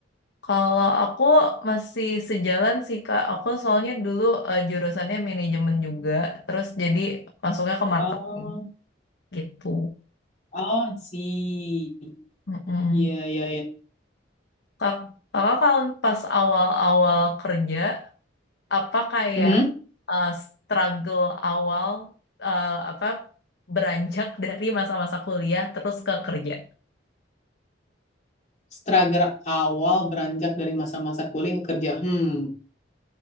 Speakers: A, on the left (about 60°); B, on the left (about 40°).
A: Kalau aku masih sejalan sih Kak. Aku soalnya dulu eh, jurusannya manajemen juga, terus jadi masuknya ke marketing
B: Oh,
A: gitu.
B: oh, I see.
A: Mm-mm.
B: Iya, iya, iya.
A: Kak, kakak kalau pas awal-awal kerja, apa kayak
B: Mhm.
A: eh, struggle awal eh, apa beranjak dari masa-masa kuliah terus ke kerja?
B: Struggle awal beranjak dari masa-masa kuliah ke kerja. Hmm,